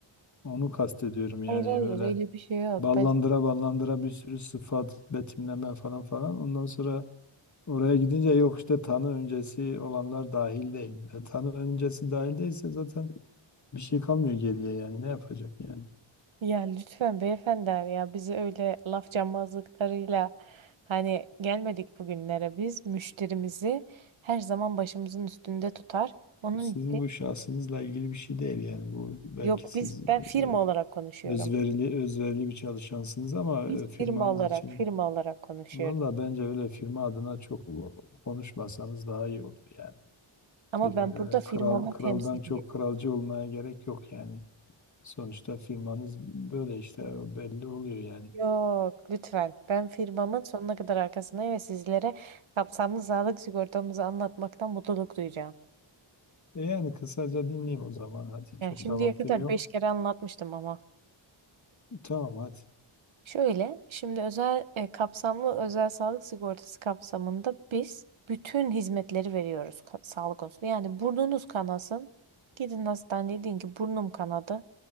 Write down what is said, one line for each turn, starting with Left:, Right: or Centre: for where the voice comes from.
Left: Onu kastediyorum yani
Right: Hayır hayır
Left: böyle
Right: öyle bir şey yok.
Left: ballandıra
Right: Ben,
Left: ballandıra bir sürü sıfat, betimleme falan falan. Ondan sonra oraya gidince yok işte tanı öncesi olanlar dahil değil. E, tanı öncesi dahil değilse zaten bir şey kalmıyor geriye yani ne yapacak yani.
Right: ya lütfen beyefendi ya bizi öyle laf cambazlıklarıyla hani gelmedik bugünlere biz müşterimizi her zaman başımızın üstünde tutar. Onun
Left: Sizin
Right: için
Left: bu şahsınızla ilgili bir şey değil yani bu belki
Right: yok
Left: siz
Right: biz
Left: e,
Right: ben firma olarak konuşuyorum.
Left: özverili özverili bir çalışansınız ama e,
Right: Biz
Left: firmanız
Right: firma olarak
Left: için
Right: firma olarak konuşuyorum.
Left: valla bence öyle firma adına çok konuşmasanız daha iyi olur yani.
Right: Ama
Left: Firma,
Right: ben burada
Left: e,
Right: firmamı
Left: kral kraldan
Right: temsiliyim.
Left: çok kralcı olmaya gerek yok yani. Sonuçta firmanız böyle işte o belli oluyor yani.
Right: Yok lütfen ben firmamın sonuna kadar arkasındayım ve sizlere kapsamlı sağlık sigortamızı anlatmaktan mutluluk duyacağım.
Left: E yani kısaca dinleyeyim o zaman hadi çok
Right: Yani şimdiye
Left: da vaktim
Right: kadar
Left: yok.
Right: 5 kere anlatmıştım ama.
Left: Tamam hadi.
Right: Şöyle, şimdi özel e, kapsamlı özel sağlık sigortası kapsamında biz bütün hizmetleri veriyoruz ka- sağlık konusunda. Yani burnunuz kanasın, gidin hastaneye deyin ki burnum kanadı.